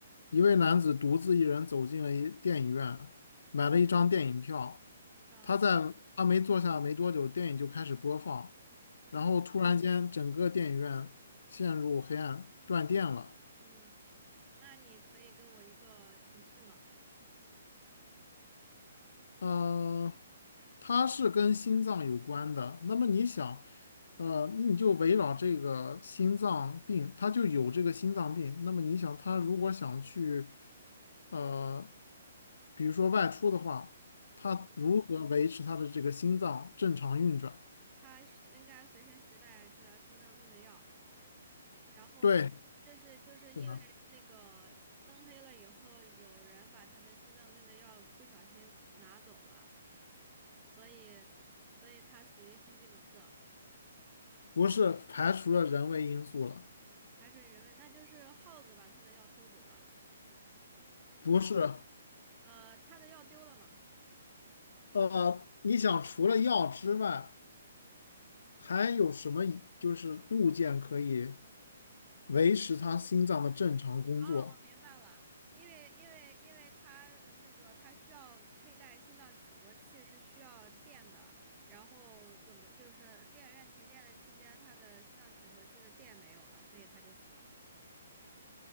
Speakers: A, on the left (about 75°); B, on the right (about 25°).
A: 一位男子独自一人走进了一电影院，买了一张电影票。
B: 读，呃，
A: 他在他没坐下没多久，电影就开始播放，
B: 嗯
A: 然后突然间整个电影院陷入黑暗，断电了。
B: 嗯，那你可以给我一个提示吗？
A: 呃，它是跟心脏有关的。那么你想，呃，那你就围绕这个心脏病，他就有这个心脏病。那么你想，他如果想去，呃，比如说外出的话，他如何维持他的这个心脏正常运转？
B: 嗯，他是应该随身携带治疗心脏病的药，然后这是就是因为那个灯黑了以后，
A: 对，是的，
B: 有人把他的心脏病的药不小心拿走了。所以，所以他死于心肌梗塞，
A: 不是排除了人为因素了，
B: 还是人为，那就是耗子把他的药偷走了，
A: 不是。
B: 呃，他的药丢了嘛？
A: 呃，你想除了药之外，还有什么就是物件可以？维持他心脏的正常工作。
B: 哦，我明白了，因为因为因为他呃那个他需要佩戴心脏起搏器是需要电的，然后怎么就是 <laughs> 电影院停电的期间，他的心脏起搏器的电没有了，所以他就死了。